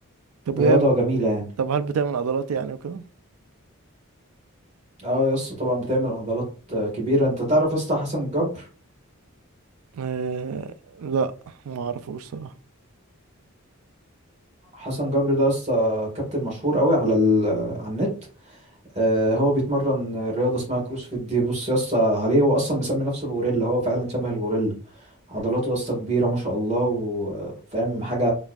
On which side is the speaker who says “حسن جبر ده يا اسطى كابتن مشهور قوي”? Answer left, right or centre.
Right